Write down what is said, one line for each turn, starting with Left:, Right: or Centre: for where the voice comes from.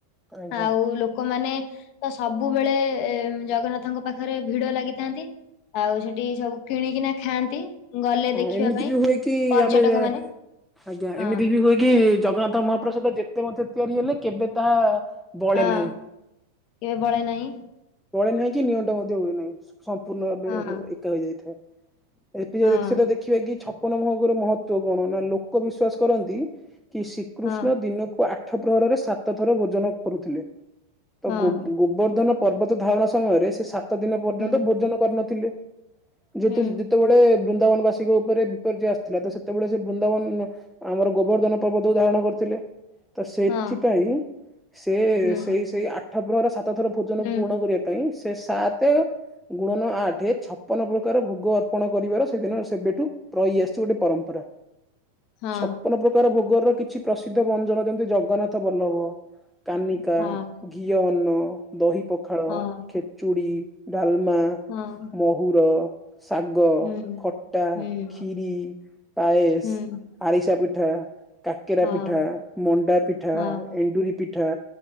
Centre: ଆଜ୍ଞା
Left: ଆଉ ଲୋକମାନେ ତ ସବୁବେଳେ ଏ ଜଗନ୍ନାଥଙ୍କ ପାଖରେ ଭିଡ ଲାଗିଥାନ୍ତି। ଆଉ ସେଠି ସବୁ କିଣିକିନା ଖାଆନ୍ତି। ଗଲେ
Centre: ହଁ
Left: ଦେଖିବା
Centre: ଏମିତି
Left: ପାଇଁ
Centre: ବି ହୁଏ କି
Left: ପର୍ଯ୍ୟଟକ
Centre: ଆମେ
Left: ମାନେ।
Centre: ଆଜ୍ଞା
Left: ହଁ
Centre: ଏମିତି ବି ହୁଏ କି ଜଗନ୍ନାଥ ମହାପ୍ରସାଦ ଯେତେ ମଧ୍ୟ ତିଆରି ହେଲେ କେବେ ତାହା ବଳେ
Left: ହଁ
Centre: ନାହିଁ
Left: କେ ବଳେ ନାଇଁ।
Centre: ବଳେ ନାହିଁ କି ନିଅଣ୍ଟ ମଧ୍ୟ ହୁଏ ନାହିଁ। ସ- ସମ୍ପୂର୍ଣ୍ଣ ଭାବେ
Left: ହଁ
Centre: ଏକା ହେଇଯାଇଥାଏ। ଏବେ
Left: ହଁ
Centre: ଯଦି ସେଟା ଦେଖିବା କି ଛପନ ଭୋଗର ମହତ୍ଵ କଣ? ନା ଲୋକ ବିଶ୍ଵାସ କରନ୍ତି କି ଶ୍ରୀକୃଷ୍ଣ
Left: ହଁ
Centre: ଦିନକୁ ଆଠ ପ୍ରହରରେ ସାତ ଥର ଭୋଜନ କରୁଥିଲେ। ତ
Left: ହଁ
Centre: ଗୋ- ଗୋବର୍ଦ୍ଧନ ପର୍ବତ ଧାରଣ ସମୟରେ ସେ ସାତ ଦିନ ପର୍ଯ୍ୟନ୍ତ
Left: ହୁଁ
Centre: ଭୋଜନ କରିନଥିଲେ। ଯେହେତୁ
Left: ହୁଁ
Centre: ଯେତେବେଳେ ବୃନ୍ଦ ନ୍ଦାବନ ବାସୀଙ୍କ ଉପରେ ବିପର୍ଯ୍ୟୟ ଆସିଥିଲା ତ ସେତେବେଳେ ସେ ବୃନ୍ଦାବନ ଆମର ଗୋବର୍ଦ୍ଧନ ପର୍ବତକୁ ଧାରଣ କରିଥିଲେ। ତ ସେଥିପାଇଁ
Left: ହଁ
Centre: ସେ
Left: ହୁଁ
Centre: ସେଇ ସେଇ ଆଠ ପ୍ରହର ସାତ ଥର ଭୋଜନ
Left: ହୁଁ
Centre: ପୁଣ କରିବା ପାଇଁ ସେ ସାତ ଗୁଣନ ଆଠେ ଛପନ ପ୍ରକାର ଭୋଗ ଅର୍ପଣ କରିବାର ସେଦିନ ସେବେଠୁ ରହି ଆସିଛି ଗୋଟେ ପରମ୍ପରା। ରା।
Left: ହଁ
Centre: ଛପନ ପ୍ରକାର ଭୋଗର କିଛି ପ୍ରସିଦ୍ଧ ବଞ୍ଜନ ଯେମତି ଜଗନ୍ନାଥ ବଲ୍ଲବ। କାନିକା,
Left: ହଁ
Centre: ଘିଅ ଅନ୍ନ, ଦହି ପଖାଳ,
Left: ହଁ
Centre: ଖେଚୁଡ଼ି, ଡାଲ ମା,
Left: ହଁ
Centre: ମହୁୁର। ଶାଗ,
Left: ହୁଁ
Centre: ଖଟା,
Left: ହୁଁ
Centre: କ୍ଷୀରି, ପାଏସ,
Left: ହୁଁ
Centre: ଆରିସା ପି ଠା, କାକେରା
Left: ହଁ
Centre: ପିଠା, ମଣ୍ଡା ପିଠା,
Left: ହଁ
Centre: ଏଣ୍ଡୁରି ପିଠା।